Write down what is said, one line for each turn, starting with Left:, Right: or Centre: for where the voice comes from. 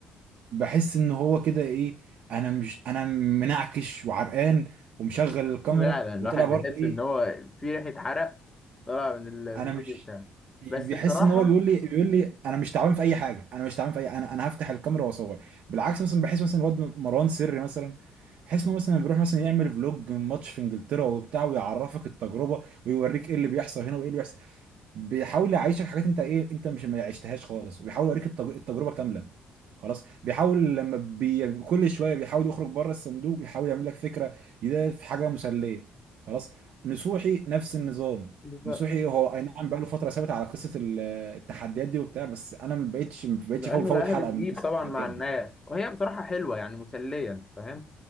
Right: بحس ان هو كده ايه انا مش انا منعكش وعرقان ومشغل
Left: <laughs>
Right: الكاميرا
Left: فعلا الواحد
Right: وطلع
Left: بيحس
Right: برضه ايه
Left: ان هو في ريحه عرق طالعه من ال-
Right: انا
Left: من الفيديو
Right: مش
Left: بتاعه
Right: بيحس
Left: بس بصراحه
Right: ان هو بيقول لي بيقول لي انا مش تعبان في اي حاجه انا مش تعبان في اي انا انا هفتح الكاميرا واصور بالعكس مثلا بحس مثلا الواد مروان سري مثلا بحس انه مثلا بيروح مثلا يعمل فلوج من ماتش في انجلترا وبتاع ويعرفك التجربه ويوريك ايه اللي بيحصل هنا وايه اللي بيحصل بيحاول يعيشك حاجات انت ايه انت مش ما عشتهاش خالص وبيحاول يوريك التج- التجربه كامله خلاص بيحاول لما بي... كل شويه بيحاول يخرج بره الصندوق يحاول يعمل لك فكره ده في حاجه مسليه خلاص نصوحي نفس النظام
Left: بز-
Right: نصوحي هو اي نعم بقى له فتره ثابت على قصه ال- التحديات دي وبتاع بس انا ما بقتش ما بقتش
Left: لانه
Right: فوت فوت
Left: لقاها
Right: حلقه
Left: بتجيب
Right: من قصه
Left: طبعا
Right: التحديات
Left: مع الناس
Right: دي
Left: وهي بصراحه حلوه يعني مسليه انت فاهم